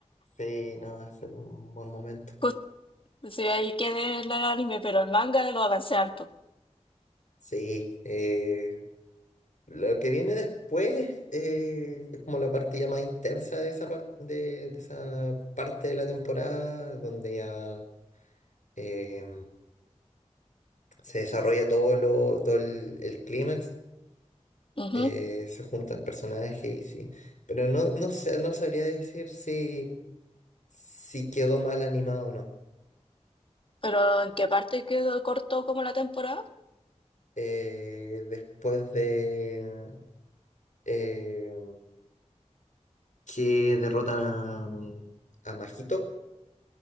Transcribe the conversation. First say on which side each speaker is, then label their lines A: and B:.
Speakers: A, on the left; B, on the left.
A: sí, no, es un buen momento.
B: Justo, sí, ahí quedé en el anime, pero el manga lo avancé harto.
A: Sí, eh, lo que viene después eh, es como la parte ya más intensa de esa, par- de, de esa parte de la temporada, donde ya eh, se desarrolla todo, lo, todo el, el clímax,
B: Ujú.
A: eh, se junta el personaje y sí. Pero no, no, sé- no sabría decir si... si quedó mal animado o no.
B: Pero ¿en qué parte quedó corto como la temporada?
A: Eh, después de eh, que derrotan a, mm, a Majito